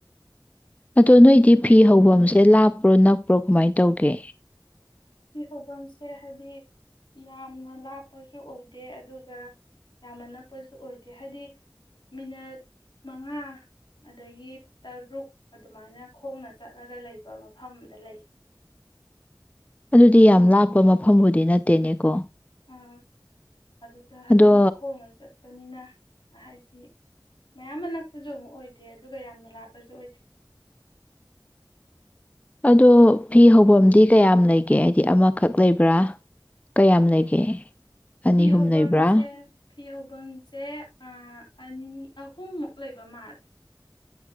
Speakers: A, on the left (about 20°); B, on the left (about 75°).
A: ꯑꯗꯣ ꯅꯣꯏꯗꯤ ꯐꯤ ꯍꯐꯝꯁꯦ ꯂꯥꯞꯄ꯭ꯔꯣ ꯅꯛꯄ꯭ꯔꯣ ꯀꯃꯥꯏꯅ ꯇꯧꯒꯦ
B: ꯁꯤ ꯍꯧꯐꯝꯁꯦ ꯍꯥꯏꯗꯤ ꯌꯥꯝꯅ ꯂꯥꯞꯄꯁꯨ ꯑꯣꯏꯗꯦ ꯑꯗꯨꯒ ꯌꯥꯝꯅ ꯅꯛꯄꯁꯨ ꯑꯣꯏꯗꯦ ꯍꯥꯏꯗꯤ ꯃꯤꯅꯠ ꯃꯉꯥ ꯑꯗꯒꯤ ꯇꯔꯨꯛ ꯑꯗꯨꯃꯥꯏꯅ ꯈꯣꯡꯅ ꯆꯠꯂꯒ ꯂꯩꯕ ꯃꯐꯝꯗ ꯂꯩ
A: ꯑꯗꯨꯗꯤ ꯌꯥꯝ ꯂꯥꯞꯄ ꯃꯐꯝꯕꯨꯗꯤ ꯅꯠꯇꯦꯅꯦꯀꯣ
B: ꯑꯥ ꯑꯗꯨꯗ ꯍꯥꯏꯗꯤ
A: ꯑꯗꯣ
B: ꯈꯣꯡꯉ ꯆꯠ ꯅꯛꯄꯅꯤꯅ ꯍꯥꯏꯗꯤ ꯃꯌꯥꯝ ꯑꯃ ꯅꯛꯄꯁꯨ ꯑꯃꯨꯛ ꯑꯣꯏꯗꯦ ꯑꯗꯨꯒ ꯌꯥꯝꯅ ꯂꯥꯞꯄꯁꯨ ꯑꯣꯏꯗꯦ
A: ꯑꯗꯣ ꯐꯤ ꯍꯐꯝꯗꯤ ꯀꯌꯥꯝ ꯂꯩꯒꯦ ꯍꯥꯏꯗꯤ ꯑꯃꯈꯛ ꯂꯩꯕ꯭ꯔꯥ ꯀꯌꯥꯝ ꯂꯩꯒꯦ ꯑꯅꯤꯍꯨꯝ
B: ꯐꯤ ꯍꯧꯐꯝꯁꯦ
A: ꯂꯩꯕ꯭ꯔꯥ
B: ꯐꯤ ꯍꯐꯝꯁꯦ ꯑꯅꯤ ꯑꯍꯨꯝꯃꯨꯛ ꯂꯩꯕ ꯃꯥꯜꯂꯦ